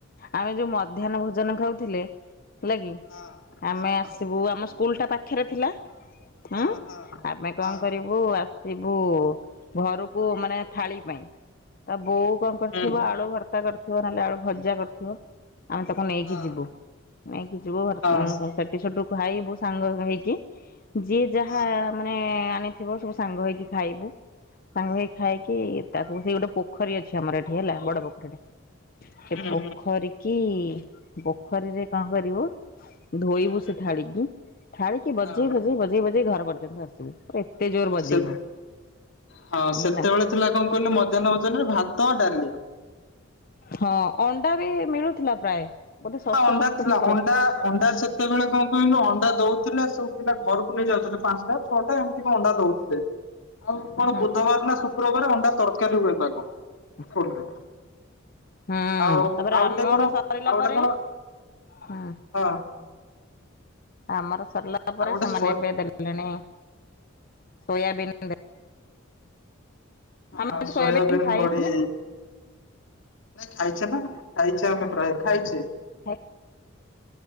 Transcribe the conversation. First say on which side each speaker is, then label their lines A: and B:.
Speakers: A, on the left; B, on the left.
A: ଆମେ ଯୋଉ ମଧ୍ୟାହ୍ନ ଭୋଜନ ଖାଉଥିଲେ ହେଲାକିି
B: ହଁ
A: ଆମେ
B: ହଁ
A: ଆସିବୁ ଆମ ସ୍କୁଲ୍ ଟା ପାଖରେ ଥିଲା। ଥାଏ
B: ହଁ
A: ଆମେ କଣ
B: ହଁ
A: କରିବୁ ଆ ଆସିବୁ ଘରକୁ ମାନେ ଥାଳି ପାଇଁ ତା ବୋଉ କଣ କରିଥିବ
B: ହଁ
A: ଆଳୁ ଭ୍ରତା କରିଥିବ ନହେଲେ ଆଳୁ ଭଜା କରିଥିବ। ଆମେ ତାକୁ ନେଇକି
B: ହଁ।
A: ଯିବୁ, ନେଇକି ଯିବୁ <unintelligible>
B: ହଁ
A: ସେଠୁ ଖାଇବୁ ସାଙ୍ଗ ହେଇକି ଯିଏ ଯାହା
B: ହଁ
A: ମାନେ ଆଣିଥିବ ସବୁ ସାଙ୍ଗ ହେଇକି ଖାଇବୁ, ସାଙ୍ଗ ହେଇକି ଖା କି ତାକୁ ସେଇ ଗୋଟେ ପୋଖରୀ ଅଛି ଆମର, ଏଠି ହେଲା ବଡ ପୋଖରୀଟେ। ସେ
B: ହୁଁ ହୁଁ
A: ପୋଖରୀ କି ପୋଖରୀରେ କଣ କରିବୁ? ଧୋଇବୁ
B: ହୁଁ
A: ସେ ଥାଳିିକି ଥାଳିିକି ବଜେଇ
B: ହଁ।
A: ବଜେଇ ବଜେଇ ବଜେଇ ଘର ପର୍ଯ୍ୟନ୍ତ ଆସିବୁ। ଏତେ ଜୋର
B: ହଁ
A: ବଜେଇବୁ
B: ସେ ହଁ ସେତେବେଳେ
A: ନା।
B: ଥିଲା କଣ କହିଲୁ ମଧ୍ୟାହ୍ନ ଭୋଜନ ଜନରେ ଭାତ ଡାଲି।
A: ହଁ ଅଣ୍ଡା ବି ମିଳୁଥିଲା ପ୍ରାୟ। ବୋଧେ ଷଷ୍ଠ
B: ହଁ ଅଣ୍ଡା
A: ସପ୍ତମରେ
B: ଥିଲା
A: ପଡେ।
B: ଅଣ୍ଡା ଅଣ୍ଡା ସେ ସେତେବେଳେ କଣ କହିଲୁ ଅଣ୍ଡା ଦଉଥିଲା ସବୁ ପିଲା ଘରକୁ ନେଇ ଯାଉଥିଲେ, ପାଞ୍ଚଟା ଛଅଟା ଏମିତି କଣ ଅଣ୍ଡା ଦଉଥିଲେ। ଆଉ କଣ
A: ହଁ
B: ବୁଧବାର ନା ଶୁକ୍ରବାର ଅଣ୍ଡା ତରକାରୀୁ ହୁଏ କଣ।
A: ହୁଁ
B: ସ୍କୁଲରେ
A: ହୁଁ
B: ଆଉ
A: ତାପରେ
B: ଆଉ
A: ଆମର
B: ଗୋଟେ କଣ
A: ସରିଲା
B: ଆଉ ଗୋଟେ
A: ପରେ
B: କଣ
A: ହଁ।
B: ହଁ।
A: ଆମର ସରିଲା ପରେ
B: ଆଉ ଗୋଟେ
A: ସେମାନେ
B: ସୋୟା
A: ଏବେ ଦେଲେଣି ସୋୟାବିନ୍ ଆମେ
B: ହ
A: ତ
B: ସୋୟାବନ୍
A: ସୋୟାବିନ୍ ଖାଇନୁ।
B: ବଡି। ନାଇଁ ଖାଇଛେ ନା ଖାଇଛେ ଆମେ ପ୍ରାୟ ଖାଇଛେ।
A: ହ